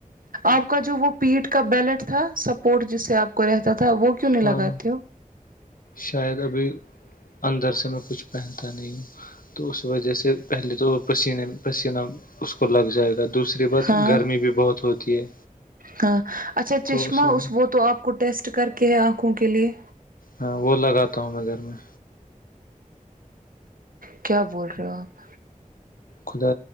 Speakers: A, on the right (about 85°); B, on the left (about 85°).
A: آپ کا جو وہ پیٹ کا بیلٹ تھا سپورٹ جس سے آپ کو رہتا تھا وہ کیوں نہیں لگاتے
B: ہاں
A: ہو
B: شاید ابھی اندر سے میں کچھ پہنتا نہیں ہوں تو اس وجہ سے پہلے تو پسینے پسیینہ اس کو لگ جائے گا دوسری بات
A: ہاں
B: گرمی بھی بہت ہوتی ہے
A: ہاں اچھا چشمہ
B: تو میں
A: اس وہ تو اپ کو ٹیسٹ کر کے انکھوں کے لیے
B: ہاں وہ لگاتا ہوں میں گھر میں
A: کیا بول رہے ہو آپ
B: خدا